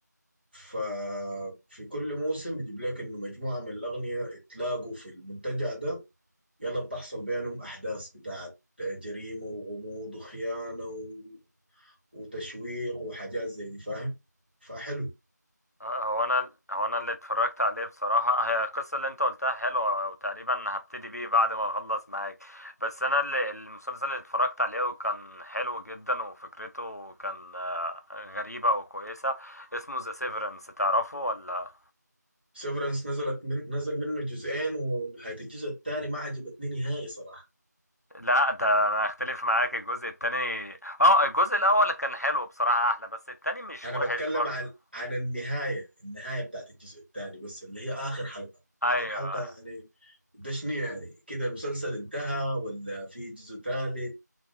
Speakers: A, on the right; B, on the left.
A: ففي كل موسم بيجيب لك انه مجموعه من الاغنياء اتلاقوا في المنتجع ده يلا بتحصل بينهم احداث بتاعت جريمه وغموض وخيانه و... وتشويق وحاجات زي دي فاهم فحلو
B: آه، هو انا هو انا اللي اتفرجت عليه بصراحه هي القصه اللي انت قلتها حلوه وتقريبا هبتدي بيه بعد ما اخلص معاك بس انا اللي المسلسل اللي اتفرجت عليه وكان حلو جدا وفكرته كان آه، غريبه وكويسه اسمه ذا سيفرنس تعرفه ولا
A: سيفرنس نزلت من... نزل منه جزئين ونهايه الجزء الثاني ما عجبتني نهائي صراحه
B: لا ده انا اختلف معاك الجزء التاني اه الجزء الاول كان حلو بصراحه احلى بس التاني مش
A: انا
B: وحش
A: بتكلم
B: برضه
A: عن عن النهايه النهايه بتاعت الجزء الثاني بس اللي هي اخر حلقه
B: ايوه
A: اخر حلقه يعني ده شنو يعني كده المسلسل انتهى ولا في جزء ثالث